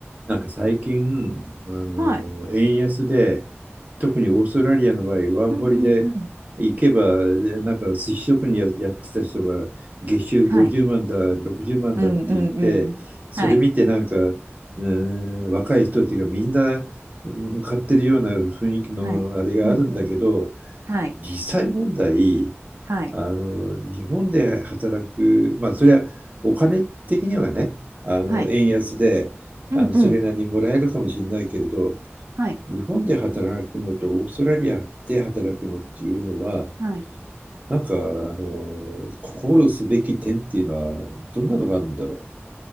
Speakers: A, on the right; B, on the right.
A: なんか最近、あの、
B: はい。
A: 円安で、特にオーストラリアの場合、ワーホリで行けば、
B: うんうんうん。
A: でなんか寿司職人や、やってた人が、月収50万だ、
B: はい。
A: 60万だって言って、
B: うんうんうん。
A: それ見てなんか、
B: はい。
A: うーん、若い人たちがみんなうん買ってるような雰囲気のあれがあるんだけど、
B: はい。うんうん。はい。
A: 実際問題、
B: はい。
A: あの、日本で働く、まあ、それはお金的にはね、あの、
B: はい。
A: 円安で、
B: うんうん。
A: あの、それなりにもらえるかもしれないけれど、
B: はい。
A: 日本で働くのとオーストラリアで働くのっていうのは、
B: はい。
A: なんか、あの、心すべき点っていうのは、どんなのがあるんだろ